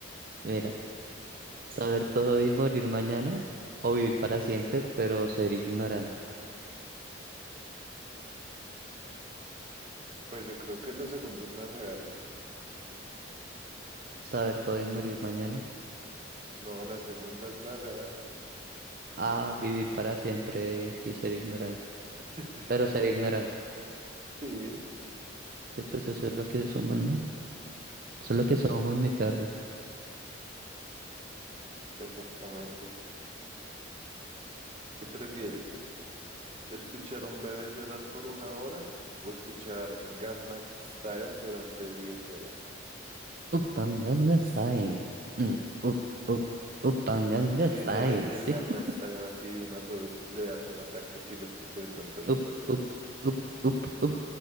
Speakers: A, on the right; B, on the right.
A: Mira, saber todo y morir mañana, o vivir para siempre, pero ser ignorante.
B: Pues yo creo que la segunda es la real.
A: Saber todo y morir mañana,
B: No, la segunda es la real.
A: a vivir para siempre y ser ignorante.
B: <laughs>
A: Pero ser ignorante.
B: Sí,
A: Sí, pues eso es lo que somos, ¿no? Eso es lo que somos, mi perro.
B: exactamente. ¿Qué prefiere? ¿Escuchar a un bebé llorar por una hora o escuchar Gangnam Style durante 10 horas?
A: Upanganga style. Mm, up, up, upanganga
B: diez
A: style,
B: horas de
A: sí.
B: Gangnam
A: <laughs>
B: Style así de una sola le hace un ataque epiléptico de tanto Gangnam
A: Up,
B: Style.
A: up, up, up, up,